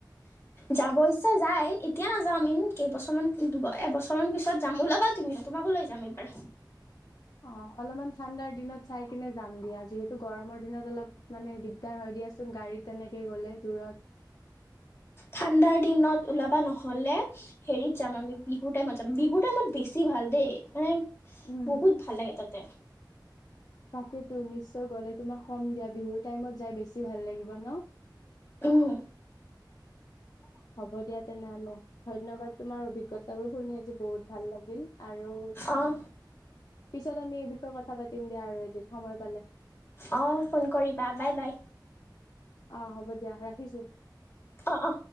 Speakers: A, on the left; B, on the left.
A: যাব ইচ্ছা যাই এতিয়া নাযাওঁ আমি কেইবছৰমান এবছৰ মান পিছত যাম ওলাবা তুমি তোমাকো লৈ যাম এইবাৰ,
B: অ' অলপমান ঠাণ্ডাৰ দিনত চাই কিনে যাম দিয়া যিহেতু গৰমৰ দিনত অলপ মানে দিগদাৰ হয় দিয়াচোন গাড়ীত তেনেকে গলে দূৰত
A: ঠাণ্ডাৰ দিনত ওলাবা নহলে, হেৰিত যাম আমি বিহুৰ টাইমত যাম বি- -হুৰ টাইমত বেছি ভাল দেই মানে
B: উম
A: বহুত ভাল লাগে তাতে,
B: তাকেতো নিশ্চয় গ'লে তোমাক কম দিয়া বিহুৰ টাইমত যাই বেছি ভাল লাগিব। ব ন <unintelligible>
A: উম <inaudible>
B: হ'ব দিয়া তেনেহলে ধন্যবাদ তোমাৰ অভিজ্ঞতা তাৱৰ শু নি আজি বসুত ভাল লাগিল আৰু
A: অঁ
B: পিছত আমি এই বিষয়ে কথা পাতিম দিয়া আৰু এদিন সময় পালে
A: অ ফোন কৰিবা বাই বাই
B: অ হ'ব দিয়া ৰাখিছো
A: অ অ